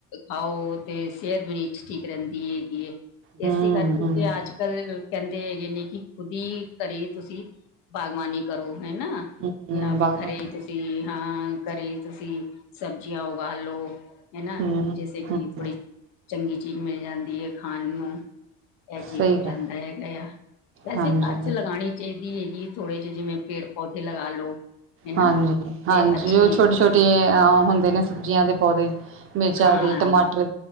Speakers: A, on the left; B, on the right.
A: ਖਾਓ ਤੇ ਸਿਹਤ ਵੀ ਨੀ ਠੀਕ ਰਹਿੰਦੀ ਹੈਗੀ
B: ਹਮ
A: ਇਸੇ ਕਰਕੇ
B: ਹਮ
A: ਤੇ ਅੱਜ ਕੱਲ ਕਹਿੰਦੇ ਹੈਗੇ ਨੇ ਕਿ ਖੁਦ ਹੀ ਘਰੇ ਤੁਸੀਂ ਬਾਗਬਾਨੀ ਕਰੋ ਹਨ ਨਾ
B: ਹਮ
A: ਜਾਂ ਵੀ
B: ਬਾਗਬਾਨੀ
A: ਖਰੇ ਤੁਸੀਂ ਹਾਂ ਘਰੇ ਤੁਸੀਂ ਸਬਜ਼ੀਆਂ ਉਗਾਾਲੋ ਹਨਾ
B: ਹਮ
A: ਜੈਸੇ ਕਿ
B: ਹਮ
A: ਥੋੜੀ ਚੰਗੀ ਚੀਜ਼ ਮਿਲ ਜਾਂਦੀ ਹੈ ਖਾਣ ਨੂੰ ਇਹ ਚੀਜ਼
B: ਸਹੀ
A: ਹੋ ਜਾਂਦਾ
B: ਗੱਲ
A: ਹੈਗਾ ਆ ਵੈਸੇ
B: ਹਾਂਜੀ
A: ਘਰ ਚ ਲਗਾਉਣੀ ਚਾਹੀਦੀ ਹੈਗੀ ਥੋੜੇ ਜਿਹੇ ਜਿਵੇਂ ਪੇੜ ਪੌਦੇੇ ਲਗਾ ਲੋ ਹਨਾ
B: ਹਾਂਜੀ- ਹਾਂਜੀ
A: ਤੇ ਅੱਛੀ
B: ਉਹ ਛੋਟੇ ਛੋਟੇ ਹੁੰਦੇ ਨੇ ਸਬਜ਼ੀਆਂ ਦੇ ਪੌਦੇ ਮਿਰਚਾਂ
A: ਹਾਂ
B: ਟਮਾਟਰ